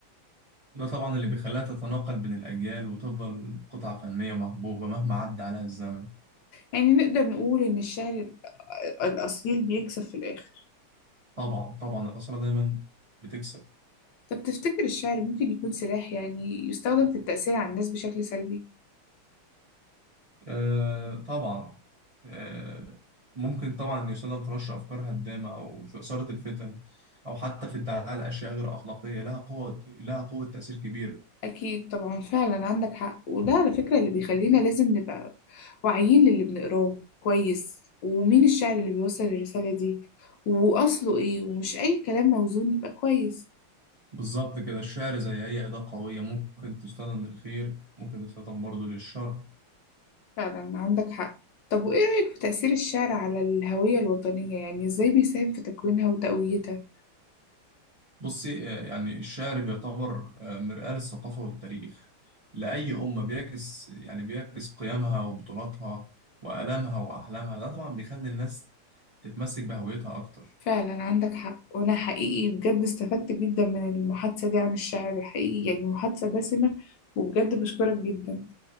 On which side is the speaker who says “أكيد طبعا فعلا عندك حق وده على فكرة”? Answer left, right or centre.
Left